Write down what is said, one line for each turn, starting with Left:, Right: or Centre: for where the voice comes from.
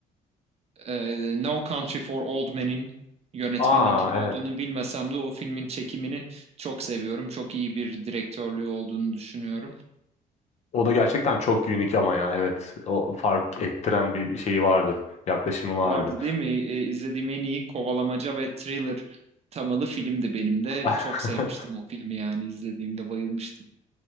Right: e, No Country for Old Men'in yönetmeninin
Left: Aa
Right: kim olduğunu
Left: evet.
Right: bilmesem de o filmin çekimini çok seviyorum. Çok iyi bir direktörlüğü olduğunu düşünüyorum.
Left: O da gerçekten çok unik ama ya evet. O fark ettiren bir şeyi vardı. Yaklaşımı vardı.
Right: Vardı değil mi? E, izlediğim en iyi kovalamaca ve thriller temalı filmdi benim de.
Left: <laughs>
Right: Çok sevmiştim o filmi yani izlediğimde bayılmıştım.